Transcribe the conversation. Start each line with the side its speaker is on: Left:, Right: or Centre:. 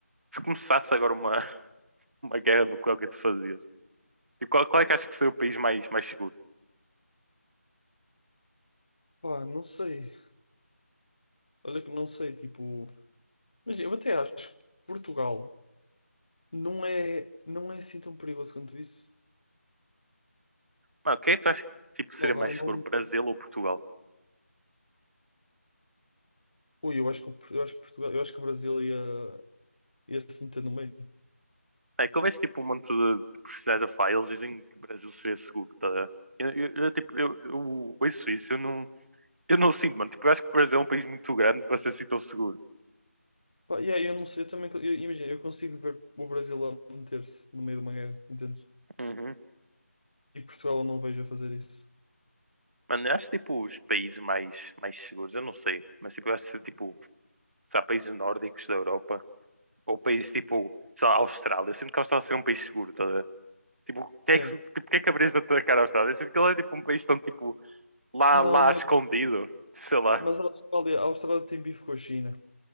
Right: se começasse agora uma, uma guerra nuclear, o que é que tu fazias? E qual, qual é que achas que seria o país mais, mais seguro?
Left: Pá, não sei. Olha que não sei, tipo. Mas eu até acho que Portugal não é, não é assim tão perigoso quanto isso.
Right: Mano, o que é que tu achas que tipo, seria
Left: Não, não,
Right: mais seguro?
Left: não.
Right: Brasil ou Portugal?
Left: Ui, eu acho que, o- eu acho que Portugal, eu acho que o Brasil ia, ia se meter no meio.
Right: É que houvesse tipo um monte de, de personagens a falar, eles dizem que o Brasil seria seguro, tá? a ver? Eu, eu, eu, tipo, eu, eu ouço isso, eu não, eu não sinto, mano. Tipo, eu acho que o Brasil é um país muito grande para ser assim tão seguro.
Left: Pá, e aí eu não sei, eu também. eu- imagina, eu consigo ver o Brasil a meter-se no meio de uma guerra, entendes?
Right: Uhum.
Left: E Portugal eu não vejo a fazer isso.
Right: Mano, eu acho tipo os países mais, mais seguros, eu não sei, mas tipo, eu acho que tipo, sei lá, países nórdicos da Europa, ou países tipo, sei lá, Austrália. Eu sinto que a Austrália seria um país seguro, tá? a ver? Tipo, o que
Left: Sim.
Right: é que, tipo, o que é que haverias de atacar a Austrália? Eu sinto que ele é tipo um país tão tipo, lá,
Left: Não,
Right: lá
Left: mas,
Right: escondido, sei lá,
Left: mas a Austrália, a Austrália tem bife com a China.